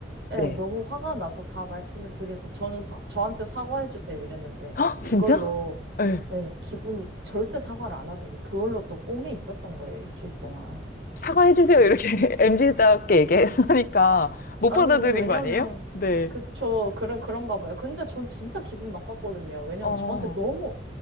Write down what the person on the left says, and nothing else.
네.
헉,
진짜? 네.
사과해주세요. 이렇게 <laughs> m 지답게 얘기하니까 못
받아들인
거 아니에요? 네.
어,